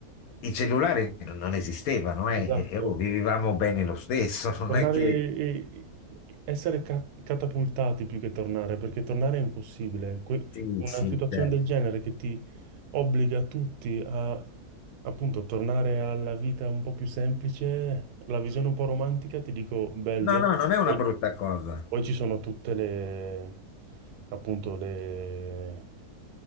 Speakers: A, on the left (about 70°); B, on the right (about 85°).
A: i cellulari non esistevano, eh,
B: Esatto.
A: e e, oh, vivevamo bene lo stesso, <laughs> non
B: Tornare
A: è che...
B: e e essere ca- catapultati più che tornare, perché tornare è impossibile. Que-
A: Sì,
B: una
A: sì,
B: situazione
A: cioè,
B: del genere che ti obbliga tutti a appunto tornare alla vita un po' più semplice, la visione un po' romantica, ti dico bello.
A: No, no, non è una
B: Poi,
A: brutta cosa.
B: poi ci sono tutte le appunto le